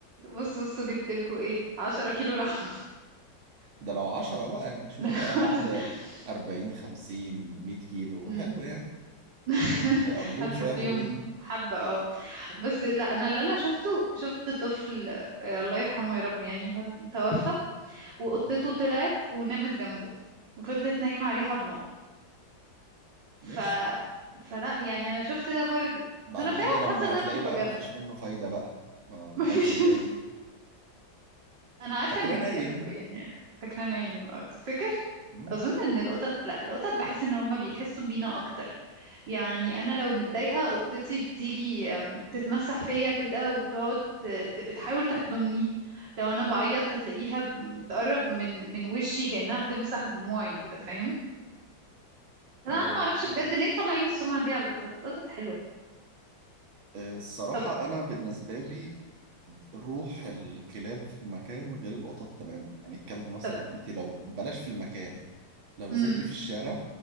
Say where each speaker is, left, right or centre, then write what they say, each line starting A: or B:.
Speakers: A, on the right; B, on the right.
A: بص بصوا جبت لكم ايه 10 كيلو لحمة
B: ده لو عشرة بقى يعني شوفي
A: <laughs>
B: بقى حد أربعين خمسين مية كيلو
A: لا
B: حلو يعني
A: <laughs>
B: هيقضوهم
A: هتكفيهم
B: شوية حلوين
A: حبة اه بس لا انا اللي انا شفته شفت طفل آه، الله يرحمه يا رب يعني هو توفى وقطته
B: مم، عارف.
A: طلعت ونامت جنبه وفضلت نايمة عليه حضنه ف
B: ماشي
A: فلا يعني انا شفت ده برضو
B: بعد
A: فانا فعلا
B: كده لما
A: حاسة انها
B: هتلاقي
A: بروباجندا
B: بقى مفيش منه فايدة بقى ما ما
A: <laughs> مفيش
B: قامش تاني
A: انا عارفه
B: فاكرة
A: ان الكلاب
B: نايم
A: يعني فاكره نايم او تفتكر
B: مم.
A: اظن ان القطط لا القطط بحس ان هم بيحسوا بينا اكتر يعني انا لو متضايقه قطتي بتيجي أم، تتمسح فيا كده وتقعد ت- ت- بتحاول تحضني لو انا بعيط هتلاقيها بتقرب من من وشي كانها بتمسح دموعي كده فاهم فلا
B: آه،
A: انا ما اعرفش بجد ليه مطلعين السمعه دي على القطط القطط حلوه
B: آه، الصراحة
A: طب
B: أنا بالنسبة لي روح الكلاب في المكان غير القطط تمام يعني الكلب مثلا
A: طب
B: انت لو بلاش في المكان لو نزلتي
A: امم
B: في الشارع